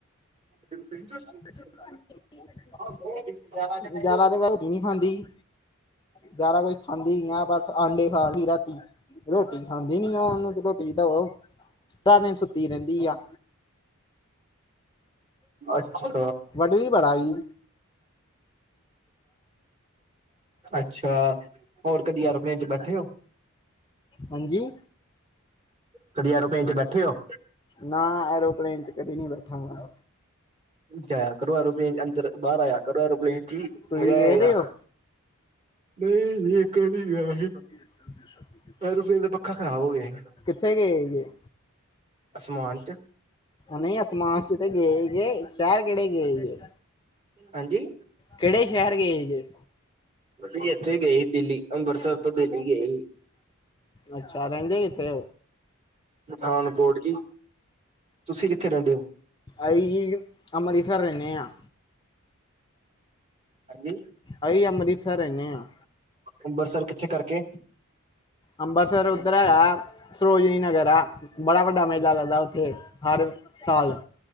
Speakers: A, on the right (about 30°); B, on the left (about 20°).
A: ਸ <unintelligible>
B: ਹ <unintelligible>
A: ਉਹ ਜਾਵਾ ਦਿਖਾਏ
B: ਜ਼ਾਦਾ ਤੇ ਰੋਟੀ ਨੀ ਖਾਂਦੀ ਜਿਆਦਾ ਕੁਝ ਖਾਂਦੀ ਨੀ ਆ ਬਸ ਆਂਡੇ ਖਾ ਲਈ ਰਾਤੀ ਰੋਟੀ ਖਾਂਦੀ ਨੀ ਉਹ ਉਹਨੂੰ ਤੇ ਰੋਟੀ ਦਓ ਅਧਾ ਦਿਨ ਸੁੱਤੀ ਰਹਿੰਦੀ ਆ
A: ਅੱਛਾ
B: ਤੁਸੀ ਬੜਾ ਜੀ
A: ਅੱਛਾ ਹੋਰ ਕਦੀ ਐਰੋਪਲੈਨ 'ਚ ਬੈਠੇ ਹੋ
B: ਹਾਂਜੀ
A: ਕਦੀ ਐਰੋਪਲੈਣ 'ਚ ਬੈਠੇ ਹੋ
B: ਨਾ ਐਰੋਪਲੇਨ 'ਚ ਕਦੀ ਨੀਂ ਬੈਠਾ ਮੈ
A: ਜਾਆ ਕਰੋ ਐਰੋਪਲੇਨ ਅੰਦਰ ਬਾਹਰ ਆਇਆ ਕਰੋ ਐਰੋਪਲੇਨ 'ਚ ਹੀ
B: ਤੁਸੀਂ
A: ਮਜ਼ਾ
B: ਗਏ
A: ਆਏਗਾ
B: ਰਹੇ ਹੋ
A: ਨਹੀਂ ਇਕ ਵਾਰੀ ਗਿਆ ਸੀ
B: ਹ <inaudible>
A: ਐਰੋਪਲੇਨ ਦਾ ਪੱਖਾ ਖਰਾਬ ਹੋ ਗਿਆ ਹੀ
B: ਕਿੱਥੇ ਗਏ ਜੇ
A: ਅਸਮਾਨ 'ਚ
B: ਨਈ ਅਸਮਾਨ 'ਚ ਤੇ ਗਏ ਗੇ ਸ਼ਹਿਰ ਕਿਹੜੇ ਗਏ ਜੇ
A: ਹਾਂਜੀ
B: ਕਿਹੜੇ ਸ਼ਹਿਰ ਗਏ ਜੇ
A: ਪਤਾ ਨੀ ਇੱਥੇ ਹੀ ਗਏ ਸੀ ਦਿੱਲੀ ਅੰਮ੍ਰਿਤਸਰ ਤੋਂ ਦਿੱਲੀ ਗਏ ਸੀ
B: ਅੱਛਾ ਰਹਿੰਦੇ ਕਿਥੇ
A: ਪਠਾਨਕੋਟ ਜੀ, ਤੁਸੀਂ ਕਿੱਥੇ ਰਹਿੰਦੇ ਹੋ
B: ਅਸੀਂ ਅੰਮ੍ਰਿਤਸਰ ਰਹਿੰਨੇ ਆਂ
A: ਹਾਂਜੀ
B: ਅਸੀਂ ਅੰਮ੍ਰਿਤਸਰ ਰੈਨੇ ਆ
A: ਅੰਬਰਸਰ ਕਿੱਥੇ ਕਰਕੇ
B: ਅੰਬਰਸਰ ਉੱਧਰ ਹੈਗਾ ਸਰੋਜਨੀ ਨਗਰ ਆ ਬੜਾ ਵੱਡਾ ਮੇਲਾ ਲੱਗਦਾ ਉੱਥੇ ਹਰ ਸਾਲ